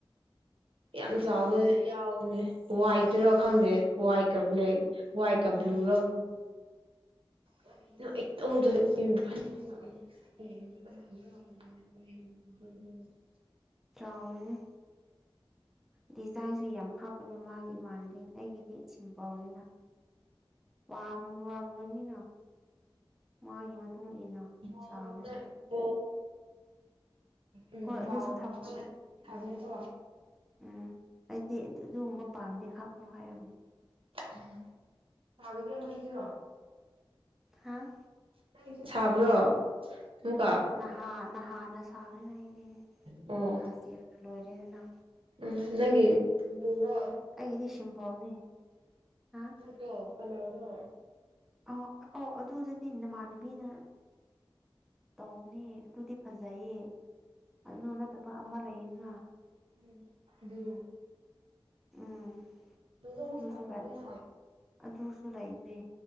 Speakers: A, on the right; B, in the centre.
A: ꯌꯥꯝ
B: ꯎꯝ
A: ꯆꯥꯎꯕ ꯌꯥꯎꯕꯅꯦ ꯋꯥꯏꯠꯇꯨꯔꯥ ꯈꯪꯗꯦ ꯋꯥꯏꯠꯀ ꯕ꯭ꯂꯦꯛ ꯋꯥꯏꯠꯀ ꯕ꯭ꯂꯨꯒ <unintelligible> <unintelligible> <unintelligible>
B: ꯆꯥꯎꯕꯅꯤ ꯗꯤꯖꯥꯏꯟꯁꯨ ꯌꯥꯝ ꯍꯥꯞ ꯑꯗꯨ ꯃꯥꯒꯤ ꯏꯃꯥꯟꯅꯕꯤ ꯑꯩꯒꯤꯗꯤ ꯏꯁꯤꯡ ꯄꯥꯎꯅꯤꯅ ꯄꯥꯝ ꯋꯥꯔꯝꯒꯅꯤꯅ ꯃꯥꯒꯤ ꯃꯇꯨꯡ ꯏꯟꯅ
A: ꯕꯣꯜꯒꯨꯝꯅ
B: ꯁꯥꯕꯅꯤꯅ
A: <unintelligible> ꯎꯝ
B: ꯍꯣꯏ
A: ꯔꯥꯎ
B: ꯑꯗꯨꯁꯨ ꯊꯝꯕꯅꯤ
A: ꯑꯃ ꯊꯝꯃꯦꯀꯣ
B: ꯎꯝ ꯎꯝ ꯑꯩꯗꯤ ꯑꯗꯨ ꯑꯗꯨꯒꯨꯝꯕ ꯄꯥꯝꯗꯦ ꯍꯥꯞꯅꯨ ꯍꯥꯏꯔꯕꯅꯤ
A: ꯎꯝ ꯆꯥꯒꯗꯔꯣ ꯅꯣꯏꯖꯨ
B: ꯍꯥꯥ
A: ꯅꯪꯒꯤꯁꯨ ꯁꯥꯕ꯭ꯔꯣ ꯑꯃꯨꯛꯀ
B: ꯅꯍꯥ ꯅꯍꯥꯅ ꯁꯥꯒ꯭ꯔꯤꯅ ꯑꯩꯗꯤ
A: ꯑꯣ
B: ꯂꯥꯁ ꯏꯌꯔꯅ ꯂꯣꯏꯔꯦꯅ
A: ꯎꯝ ꯅꯪꯒꯤ ꯕ꯭ꯂꯨꯔꯣ
B: ꯑꯩꯒꯤꯗꯤ ꯁꯤꯝꯄꯣꯜꯅꯦ ꯍꯥ
A: <unintelligible> ꯀꯅꯥꯗꯣ
B: ꯑ ꯑ ꯑꯗꯨꯗꯨꯗꯤ ꯅꯃꯥꯟꯅꯕꯤꯅ ꯇꯧꯕꯅꯦ ꯑꯗꯨꯗꯤ ꯐꯖꯩꯌꯦ ꯑꯗꯨ ꯅꯠꯇꯕ ꯑꯃ ꯂꯩꯌꯦꯅ
A: ꯎꯝ ꯑꯗꯨ
B: ꯎꯝ
A: ꯗꯧꯗꯨꯁꯨ ꯃꯁꯥꯥ
B: ꯑꯗꯨꯁꯨ
A: ꯀꯥꯡꯍꯣꯏꯅ
B: ꯑꯗꯨꯁꯨ ꯂꯩꯈ꯭ꯔꯦ